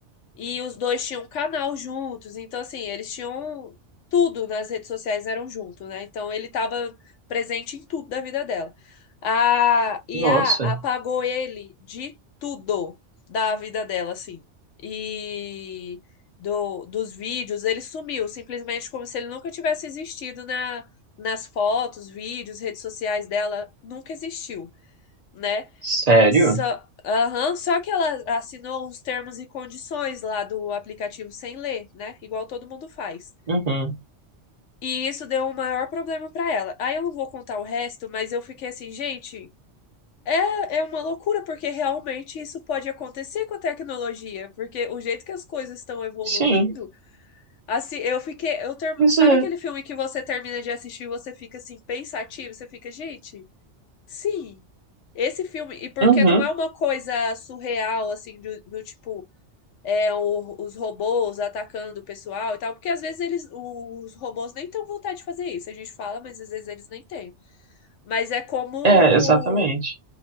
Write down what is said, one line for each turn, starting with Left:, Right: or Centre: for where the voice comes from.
Left: E os dois tinham um canal juntos, então assim, eles tinham tudo nas redes sociais eram juntos, né? Então ele estava presente em tudo da vida dela. A I
Right: nossa.
Left: a apagou ele de tudo da vida dela, assim. E do, dos vídeos, ele sumiu, simplesmente como se ele nunca tivesse existido na, nas fotos, vídeos, redes sociais dela, nunca existiu, né?
Right: Sério?
Left: Só, aham, só que ela assinou uns termos e condições lá do aplicativo sem ler, né? Igual todo mundo faz.
Right: Uhum,
Left: E isso deu um maior problema pra ela. Aí eu não vou contar o resto, mas eu fiquei assim, gente, é, é uma loucura, porque realmente isso pode acontecer com a tecnologia, porque o jeito que as coisas estão evoluindo,
Right: sim.
Left: assim, eu fiquei, eu ter,
Right: Pois
Left: sabe
Right: é.
Left: aquele filme que você termina de assistir e você fica assim, pensativo, você fica, gente. Sim, esse filme, e porque
Right: Uhum,
Left: não é uma coisa surreal, assim, do, do tipo, é, o- os robôs atacando o pessoal e tal, porque às vezes eles, os robôs nem têm vontade de fazer isso, a gente fala, mas às vezes eles nem têm. Mas é como
Right: é, exatamente.